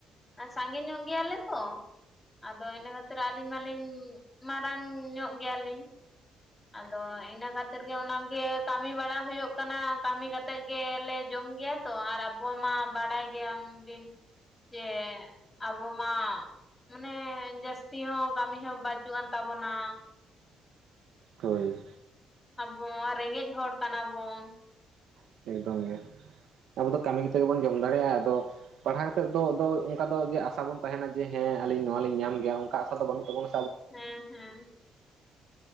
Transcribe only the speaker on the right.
ᱦᱳᱭ᱾
<unintelligible> ᱮᱠᱫᱚᱢ ᱜᱮ ᱟᱵᱚ ᱫᱚ ᱠᱟᱢᱤ ᱠᱟᱛᱮᱜ ᱜᱮᱵᱚᱱ ᱡᱚᱢ ᱫᱟᱲᱮᱭᱟᱜ-ᱟ ᱟᱫᱚᱼᱼ ᱯᱟᱲᱦᱟᱣ ᱠᱟᱛᱮᱜ ᱫᱚ ᱫᱚ ᱚᱱᱠᱟ ᱫᱚ ᱡᱮ ᱟᱥᱟ ᱵᱚᱱ ᱛᱟᱦᱮᱱᱟ ᱡᱮ ᱦᱮᱸ ᱟᱞᱤᱧ ᱱᱚᱣᱟ ᱞᱤᱧ ᱧᱟᱢ ᱜᱮᱭᱟ ᱚᱱᱠᱟ ᱟᱥᱟ ᱫᱚ ᱵᱟᱹᱱᱩᱜ ᱛᱟᱹᱵᱩᱱᱟ᱾